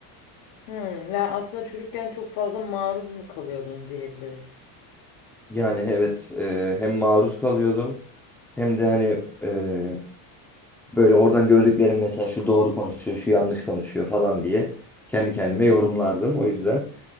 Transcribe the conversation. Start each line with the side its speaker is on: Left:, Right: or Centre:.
Left: Hmm, yani aslında çocukken çok fazla maruz mu kalıyordun diyebiliriz.
Centre: Yani evet e, hem maruz kalıyordum hem de hani e, Böyle oradan gördüklerim mesela şu doğru konuşuyor, şu yanlış konuşuyor falan diye kendi kendime yorumlardım. O yüzden